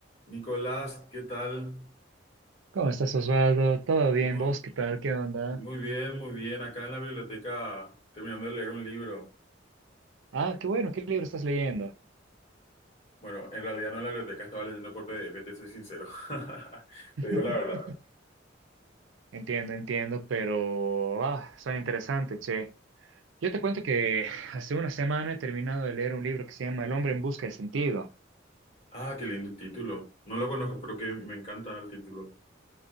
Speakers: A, on the left (about 35°); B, on the right (about 80°).
A: Nicolás, ¿qué tal?
B: ¿Cómo estás, Osvaldo? ¿Todo bien?
A: Muy,
B: ¿Vos qué tal? ¿Qué onda?
A: muy bien, muy bien. Acá en la biblioteca, terminando de leer un libro.
B: Ah, qué bueno, ¿qué libro estás leyendo?
A: Bueno, en realidad no en la biblioteca, estaba leyendo por PDF, te soy sincero. <laughs>
B: <laughs>
A: Te digo la verdad.
B: Entiendo, entiendo, pero ah, son interesantes, che. Yo te cuento que hace una semana he terminado de leer un libro que se llama El hombre en busca de sentido.
A: Ah, qué lindo título. No lo conozco, pero que me encanta el título.